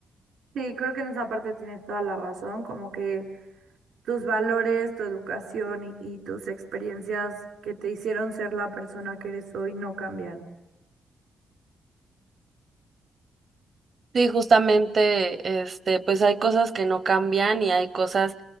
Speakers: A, on the right (about 75°); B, on the right (about 30°).
A: sí, creo que en esa parte tienes toda la razón, como que tus valores, tu educación y, y tus experiencias que te hicieron ser la persona que eres hoy no cambian.
B: Sí, justamente, este, pues hay cosas que no cambian y hay cosas